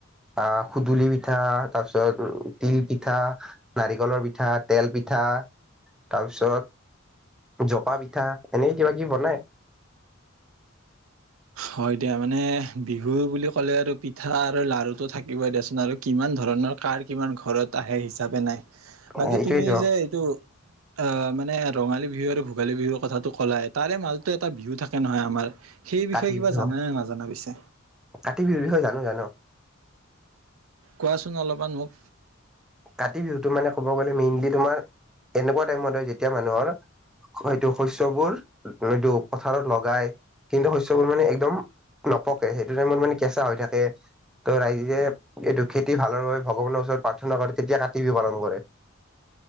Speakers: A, in the centre; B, on the right.
A: আহ হোদুলি পিঠা তাৰ পিছত তিল পিঠা নাৰিকলৰ পিঠা, তেল পিঠা তাৰপিছত, জপা পিঠা এনে কিবা কিবি বনাই
B: হয় দিয়া। মানে বিহু বুলি ক'লে আৰু পিঠা আৰু লাৰুটো থাকিবই দিয়াচোন আৰু কিমান ধৰণৰ কাৰ কিমান ঘৰত আহে হিচাপে নাই
A: সেইটোয়েতো
B: বাকী তুমি যে এইটো অ মানে ৰঙালী বিহু আৰু ভোগালী বিহুৰ কথাটো ক'লাই। তাৰে মাজটো এটা বিহু থাকে নহয় আমাৰ। সেই বিষয়ে
A: কাতি
B: কিবা
A: বিহু
B: জানানে
A: হক
B: নাজানা পিছে
A: কাতি বিহুৰ বিষয়ে জানো জানো
B: কোৱাচোন অলপমান মোক
A: কাতি বিহুটো মানে ক'ব গ'লে মেইনলি তোমাৰ এনেকুৱা টাইমত হয়, যেতিয়া মানুহৰ সেইটো শস্যবোৰ এইটো পথাৰত লগাই। কিন্তু শস্যবোৰ মানে একদম নপকে সেইটো টাইমত মানে কেঁচা হৈ থাকে ত ৰাইজে এইটো খেতি ভালৰ বাবে ভগৱানৰ ওচৰত প্ৰাৰ্থনা কৰে তেতিয়া কাতি বিহ পালন কৰে